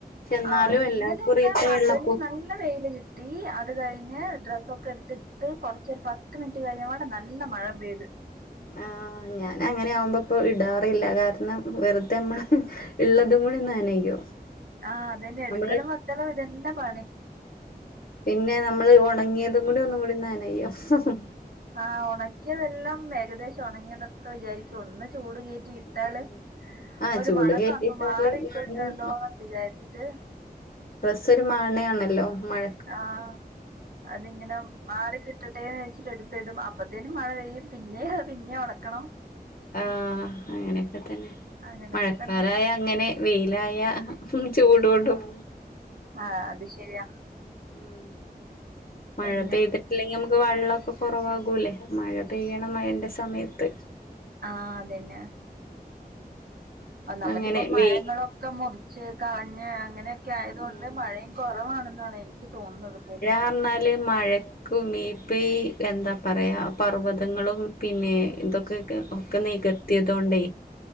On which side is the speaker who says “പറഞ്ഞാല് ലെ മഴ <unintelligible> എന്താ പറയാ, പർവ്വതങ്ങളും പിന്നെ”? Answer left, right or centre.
Left